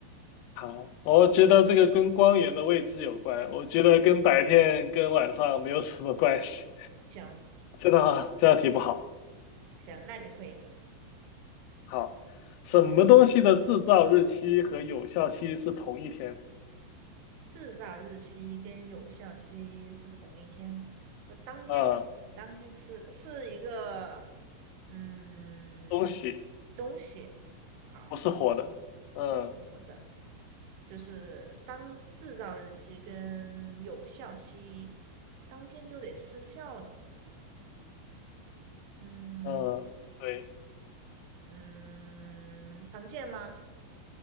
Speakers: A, on the left; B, on the right.
A: 好，我觉得这个跟光源的位置有关，我觉得跟白天跟晚上没有什么关系。
B: 行
A: 这道这道题不好。
B: 行，那你出一个。
A: 好，什么东西的制造日期和有效期是同一天？
B: 制造日期跟有效期是同一天，就当天烤当天吃，
A: 啊，
B: 是一个嗯
A: 东西
B: 东西。好，
A: 不是活的。嗯
B: 我的就是当制造日期跟有效期当天就得失效的。嗯
A: 嗯，对，
B: 嗯，常见吗？